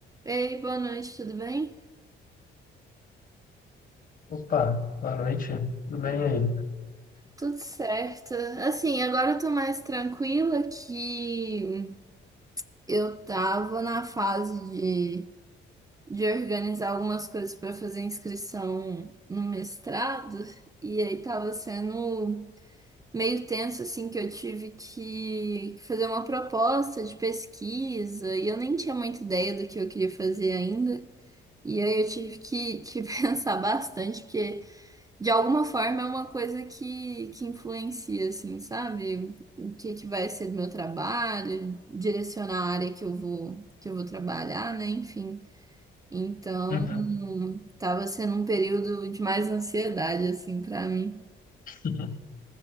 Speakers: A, on the right; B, on the left.
A: Ei, boa noite, tudo bem?
B: Opa, boa noite. Tudo bem aí?
A: Tudo certo. Assim, agora eu tô mais tranquila que eu tava na fase de, de organizar algumas coisas pra fazer inscrição no mestrado, e aí tava sendo meio tenso, assim, que eu tive que fazer uma proposta de pesquisa, e eu nem tinha muita ideia do que eu queria fazer ainda. E aí eu tive que, que <laughs> pensar bastante, porque. De alguma forma é uma coisa que, que influencia, assim, sabe? O que que vai ser do meu trabalho, direcionar a área que eu vou, que eu vou trabalhar, né? Enfim. Então,
B: Uhum.
A: tava sendo um período de mais ansiedade, assim, pra mim.
B: <laughs>